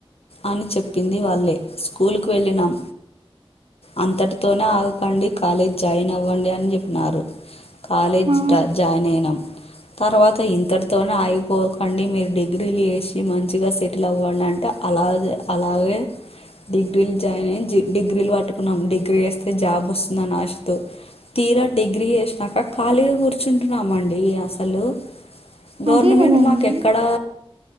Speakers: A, on the left; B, on the right.
A: అని చెప్పింది వాళ్ళే స్కూల్కు వెళ్ళినాం అంతటితోనే ఆగకండి కాలేజీ జాయిన్ అవ్వండి అని చెప్పినారు కాలేజ్డ
B: ఆ
A: జాయిన్ అయినాం తర్వాత ఇంతటితో ఆగిపోకండి మీరు డిగ్రీలు చేసి మంచిగా సెటిల్ అవ్వాల అంటే అలాగే అలాగే డిగ్రీలు జాయిన్ అ్య డిగ్రీలు పట్టుకున్నాం డిగ్రీ వేస్తే జాబ్ వస్తుందని ఆశతో తీరా డిగ్రీ చేసినాక ఖాళీగా కూర్చుంటున్నామండి అసలు గవర్నమెంట్
B: అదే కదండి
A: మాకు ఎక్కడా